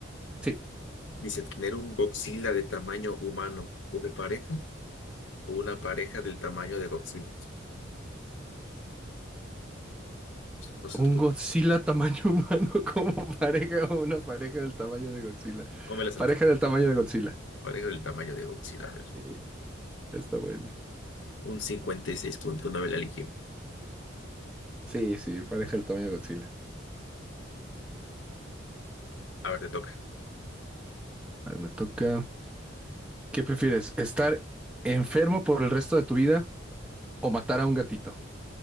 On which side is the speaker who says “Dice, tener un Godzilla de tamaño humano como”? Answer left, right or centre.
Left